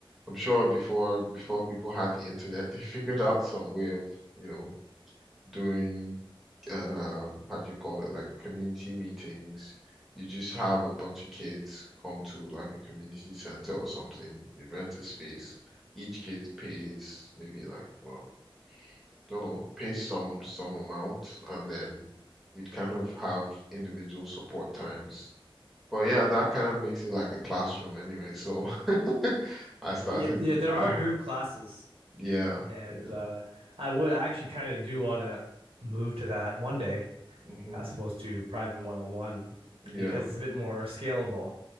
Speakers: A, in the centre; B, on the right.
A: I'm sure before before people had the internet, <laughs> they figured out some way of, you know, doing uh, how do you call it, like community meetings. You just have a bunch of kids come to like a community center or something. You rent a space. Each kid pays maybe like, well, don't know, pays some some amount, and then you'd kind of have individual support times. But yeah, that kind of makes it like a classroom anyway. So <laughs> I started,
B: yeah, yeah, there
A: uh,
B: are group classes,
A: yeah,
B: and
A: yeah,
B: uh, I would I actually kind of do want to move to that one day
A: hmm
B: as opposed to private one-on-one
A: yeah,
B: because it's a bit more scalable.